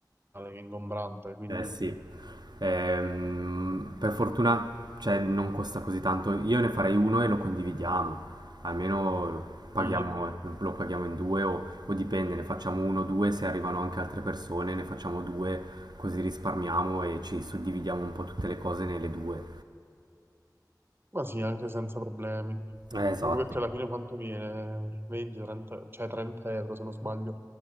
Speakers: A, on the right; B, on the right.
A: che è ingombrante, quindi
B: Eh sì, Ehm, per fortuna, cioè, non costa così tanto. Io ne farei uno e lo condividiamo. Almeno paghiamo-
A: sì,
B: lo paghiamo in due o, o dipende, ne facciamo uno o due, se arrivano anche altre persone, ne facciamo due, così risparmiamo e ci suddividiamo un po' tutte le cose nelle due.
A: ma sì, anche senza problemi.
B: Eh, esatto.
A: Anche perché alla fine quanto viene? 20, 30, cioè 30 euro se non sbaglio